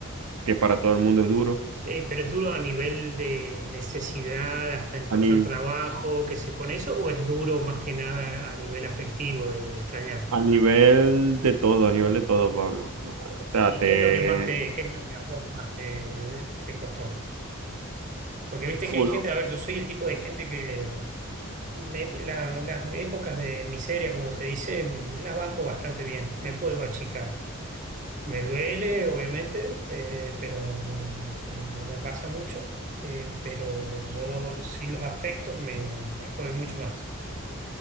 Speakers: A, on the right; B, on the right.
A: que para todo el mundo es duro.
B: Eh, pero es duro a nivel de necesidad hasta encontrar
A: A ni-
B: trabajo, que se pone eso, o es duro más que nada a nivel afectivo de extrañar.
A: A nivel de todo, a nivel de todo, Pablo. O sea,
B: ¿Y
A: te...
B: qué es lo que más te, qué es lo que a vos más te, te costó? Porque viste
A: full.
B: que hay gente, a ver, yo soy el tipo de gente que me- la- las épocas de miseria, como se dice, mm, las banco bastante bien, me puedo achicar. Me duele, obviamente, eh, pero no, no, no, no me pasa mucho, eh, pero yo sin los afectos me, me jode mucho más.